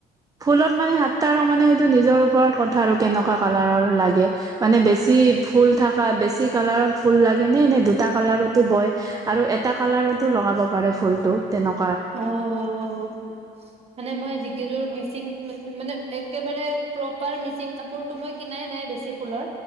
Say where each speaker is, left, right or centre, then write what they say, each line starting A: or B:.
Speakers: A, on the right (about 20°); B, on the right (about 35°).
A: ফুলত মানে সাতটা ৰং মানে সেইটো নিজৰ ওপৰত কথা আৰু কেনেকুৱা কালাৰৰ, লাগে মানে বেছি ফুল থকা, বেছি কালাৰত ফুল লাগে এনে এ দুটা কালাৰতো বয় আৰু এটা কালাৰতো লগাব পাৰে ফুলতোক, তেনেকু
B: অঁ'অঁ'অঁ, মানে মই যিকেইযোৰ ম মানে একেবাৰে প্ৰপাৰ মিচিং কাপোৰতটো মই কিনাই নাই, বেছি ফুলৰ